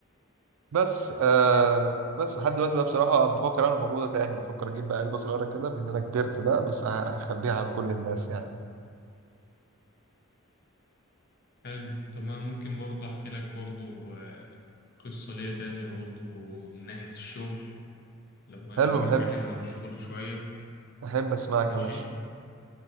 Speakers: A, on the right; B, on the left.
A: بس آه بس لحد دلوقتي بقى بصراحه بفكر اعمل الموضوع ده تاني بفكر اجيب بقى علبه صغيره كده بان انا كبرت بقى بس أه، اخبيها عن كل الناس يعني
B: حلو طب أنا ممكن برضه أحكي لك برضه آه، قصة ليا تانية برضه من ناحية الشغل لو عايزين
A: حلو
B: نتكلم
A: بحب
B: عن الشغل شوية
A: احب اسمعك
B: ماشي
A: يا باشا